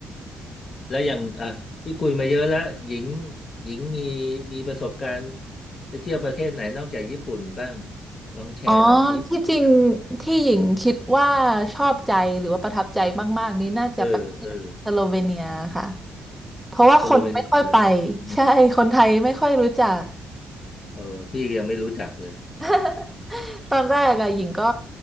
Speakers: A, on the left; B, in the centre.
A: แล้วอย่างอ่ะที่คุยมาเยอะแล้วหญิงหญิงมีมีประสบการณ์ไปเที่ยวประเทศไหนนอกจากญี่ปุ่นบ้างลองแชร์หน่อยสิ
B: อ๋อที่จริงที่หญิงคิดว่าชอบใจหรือว่าประทับใจมากๆนี้น่าจะประเทศสโลเวเนียค่ะ
A: เออเออ
B: เพราะว่าคนไม่ค่อยไป
A: สโลเวเนียเหรอสโลเวเนีย
B: ใช่คนไทยไม่ค่อยรู้จัก
A: เออพี่ยังไม่รู้จักเลย
B: <laughs> ตอนแรกอะหญิงก็